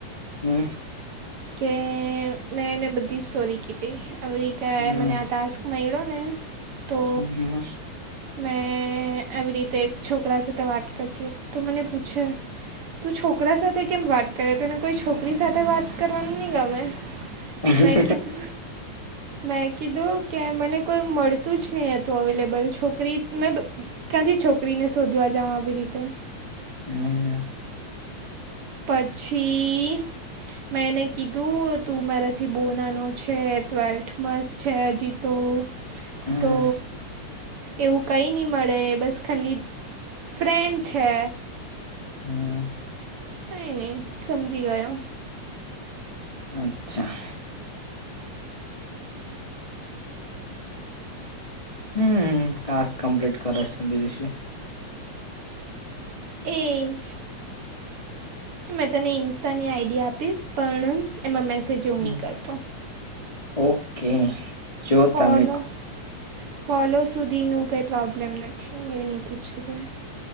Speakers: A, on the left; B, on the right.
A: હમ
B: કે મેં એને બધી સ્ટોરી કીધી આવી રીતે
A: હમ
B: એ મને આ ટાસ્ક મળ્યો ને તો.
A: હમ
B: મેં આવી રીતે એક છોકરા સાથે વાત કરતી હત તો મને પૂછે. તું છોકરા સાથે કેમ વાત કરે તને કોઈ છોકરી સાથે વાત કરવાનું ની ગમે?
A: હમ
B: મેં કીધું મેં કીધું કે મને કોઈ મળતું જ નહીં હતું અવેલેબલ છોકરી મેં બ કાથી છોકરીને શોધવા જાઉં આવી રીતે.
A: હમ હમ
B: પછી મેં એને કીધું તું મારાથી બો નાનો છે ટ્વેલ્થમાં જ છે હજી તું.
A: હમ
B: તો એવું કઈ ની મળે બસ ખાલી ફ્રેન્ડ છે.
A: હમ
B: કાઈ નહી સમજી ગયો.
A: અચ્છા. હમ ટાસ્ક કમ્પ્લીટ કરે સે બીજું શું.
B: એ જ મેં તને ઇન્સ્ટાની આઈડી આપીશ પણ એમાં મેસેજ. એવું
A: હમ
B: નહીં કરતો
A: ઓકે જો
B: ફોલો
A: તમે
B: ફોલો સુધીનું કઈ પ્રોબ્લેમ નથી એની પૂછશે.